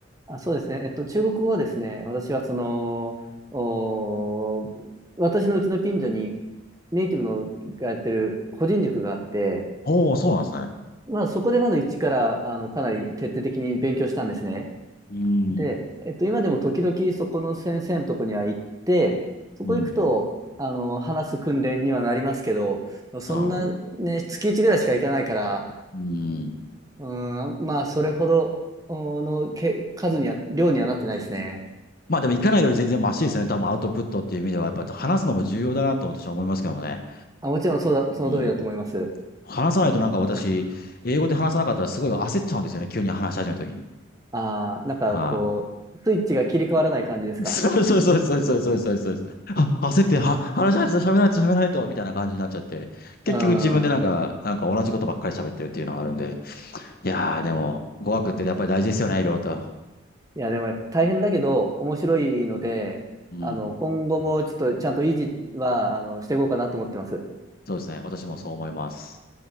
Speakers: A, on the right; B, on the left.
A: あそうですね。えっと、中国語はですね、私はその、おー、私のうちの近所にネイティブのがやってる個人塾があって、
B: おー、そうなんですね。
A: まあ、そこでまず一から、あの、かなり徹底的に勉強したんですね。
B: うん。
A: で、えっと、今でも時々そこの先生のとこには行って、そこ行くと、
B: うん。
A: あの、話す訓練にはなりますけど、そんなね、
B: なるほど。
A: 月いちぐらいしか行かないから、
B: うん。
A: うん、まあ、それほどおのけ数には、量にはなってないですね。
B: まあでも行かないより全然マシですよね。多分アウトプットっていう意味では、やっぱり話すのも重要だなと私は思いますけどもね。
A: あ、もちろんそうだ、その通りだと思います。
B: うん。話さないとなんか私、
A: あ
B: 英語で話さなかったらすごい焦っちゃうんですよね。急に話し始めた時に。
A: あー、なんかこう、
B: はい
A: スイッチが切り替わらない感じですか。
B: そうそうそうそうそうそうそうそう。あ、焦って、は、話しないと喋らないと喋らないと、みたいな感じになっちゃって。結局自分でなんか、
A: うん。
B: なんか同じことばっかり喋ってるっていうのがあるんで。いやー、でも、語学ってやっぱり大事ですよね、
A: あ
B: いろいろと。
A: いや、でもやっぱ大変だけど、面白いので、
B: うん。うん。
A: あの、今後もちょっとちゃんと維持は、あの、していこうかなと思ってます。
B: そうですね。私もそう思います。